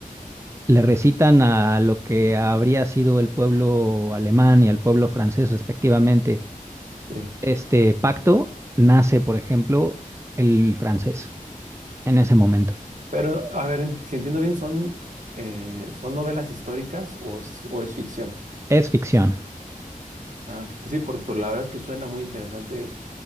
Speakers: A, on the right; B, on the right.
A: le recitan a lo que habría sido el pueblo alemán y al pueblo francés respectivamente,
B: Sí.
A: este pacto nace, por ejemplo, el francés en ese momento.
B: Pero, a ver, ent- si entiendo bien, ¿son, eh, son novelas históricas o es, o es ficción?
A: Es ficción,
B: Ah, ok. Pues sí, por, por la verdad es que suena muy interesante